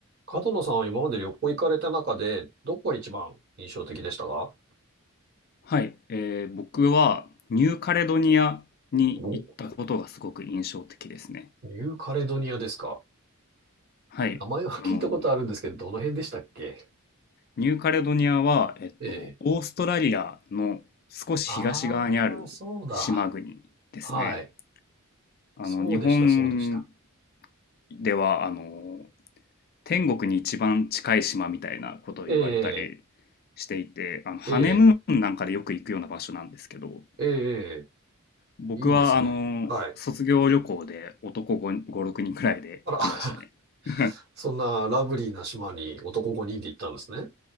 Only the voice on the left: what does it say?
はい、えー僕はニューカレドニアに行ったことがすごく印象的ですね。
はい、
あの、
ニューカレドニアは、えっと、
オーストラリアの少し東側にある島国ですね。
あの、
日本
では、あの、天国に一番近い島みたいなことを言われたり
していて、あの、ハネムーンなんかでよく行くような場所なんですけど、
僕は、
あの、
卒業旅行で男5、5、6人くらいで行きましたね。
<laughs>